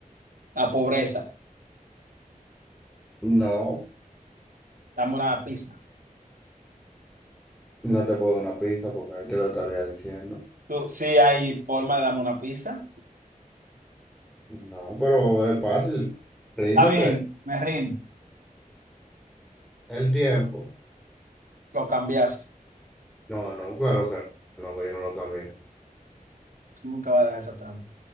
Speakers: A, on the right; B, in the centre.
A: la pobreza.
B: no,
A: Dame una pista.
B: no te puedo dar una pista porque ahí te lo estaría diciendo.
A: Tú, sí hay forma de darme una pista.
B: No, pero es fácil. Ríndete.
A: Está bien, me rindo.
B: El tiempo.
A: Lo cambiaste.
B: No, no, claro que no, que yo no lo cambié.
A: Tú nunca vas a dejar esa trampa.